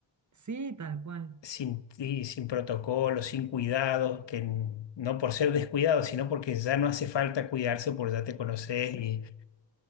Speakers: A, on the right; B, on the left.
A: Sí, tal cual.
B: Sin ti, sin protocolo, sin cuidado, que n- no por ser descuidado, sino porque ya no hace falta cuidarse porque ya te conoces y,